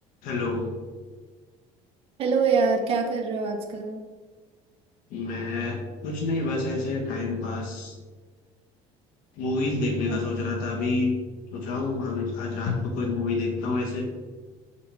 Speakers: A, on the left; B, on the right.
A: Hello
B: Hello यार क्या कर रहे हो आजकल
A: मैं कुछ नहीं बस ऐसे टाइम पास मूवीज देखने
B: अ-
A: का सोच रहा था अभी सोचा हूँ अभी आज रात को कोई मूवी देखता हूँ ऐसे